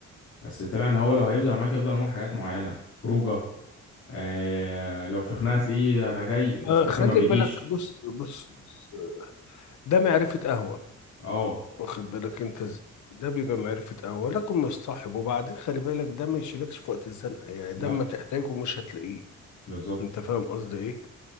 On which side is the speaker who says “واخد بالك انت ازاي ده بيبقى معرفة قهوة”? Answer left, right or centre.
Left